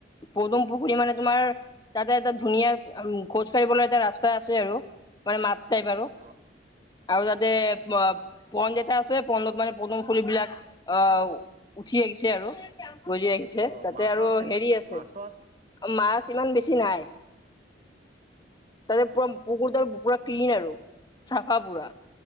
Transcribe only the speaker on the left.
পদুম পুখুৰী মানে তোমাৰ তাতে এটা ধুনীয়া খোজ ফৰিবলৈ এটা ৰাস্তা আছে আৰু মানে মাত যাই ব আৰু
আৰু তাতে অ পন এটা আছে পনডত মানে পটম ফুলিবলাক আহ উঠি আহখিছে আৰু গজি ৰাখিছে
তাতে
আৰু
হেৰি
আছে
অ মাছ ইমান বেছি নাই তাৰেতে পুৰা পুকুৰ তাৰ পুৰা ক্লিন আৰু চাফা পুৰা